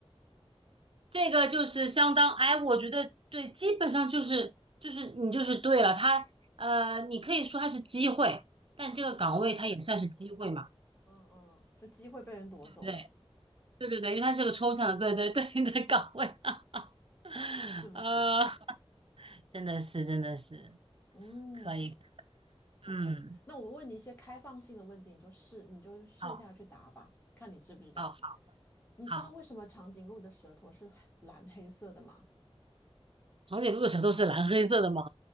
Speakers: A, on the right; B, on the left.
A: 这个就是相当，哎，我觉得对，基本上就是就是你就是对了，他呃，你可以说它是机会，但这个岗位它也算是机会嘛，
B: 嗯，机会，嗯嗯，就机会被人夺走了，
A: 对不对？对对对，因为它是个抽象的，对对对的岗位，<laughs>
B: 是不是？
A: 呃，真的是真的是
B: 嗯
A: 可以，
B: ，OK。
A: 嗯，
B: 那我问你一些开放性的问题，你就试，你就试下去答吧，
A: 好，
B: 看你知不知道。
A: 好，好，
B: 你知道为什么长颈鹿的舌头是蓝黑色的吗？
A: 好，堂姐露的舌头是蓝黑色的吗？